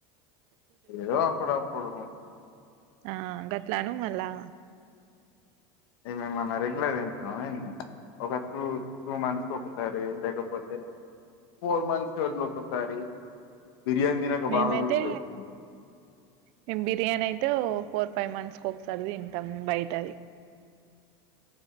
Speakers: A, on the left (about 75°); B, on the right (about 50°).
A: ఏదో అప్పుడప్పుడు
B: ఆ గట్లాను మళ్ల్ళా
A: ఏంది మేమన్నా రెగ్యులర్గా తింటున్నామా ఏంది ఒక టూ టూ మంత్స్ ఒకసారి లేకపోతే ఫోర్ మంత్స్ <inaudible> ఒకసారి బిర్యానీ తినక
B: మేమైతే
A: బాగా రోజులు అయితుంది
B: మేం బిర్యానీ అయితే ఓ ఫోర్ ఫైవ్ మంత్స్ కు ఒకసారి తింటాం బయట అది